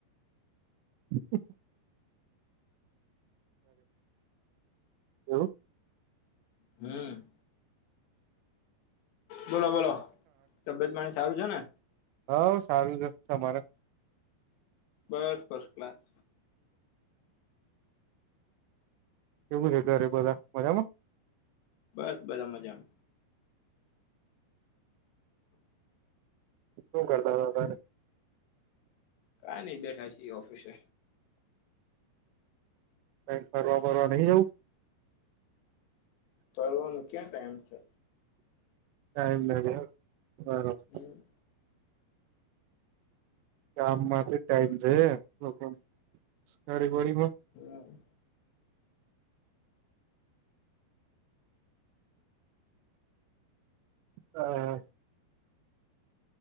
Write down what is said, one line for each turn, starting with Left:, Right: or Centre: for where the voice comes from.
Right: હમ્મ. એવુ.
Left: હમ્મ. બોલો-બોલો તબિયત પાણી સારું છે ને.
Right: હોવ સારું જ તમારે.
Left: બસ ફસ્ટ ક્લાસ.
Right: કેવું છે ઘરે બધા મજામાં.
Left: બસ બધા મજામાં.
Right: શું કરતા હતા તમે.
Left: કાઈ નઈ બેઠા છી ઓફિસે.
Right: કઈ ફરવા બરવા નહી જવું.
Left: ફરવાનું ક્યાં ટાઈમ હે.
Right: ટાઈમ નહીં એમ બરોબર.
Left: હમ્મ.
Right: કામ માટે ટાઈમ છે, લોકોડી બડીમાં.
Left: હમ.
Right: હ, હ.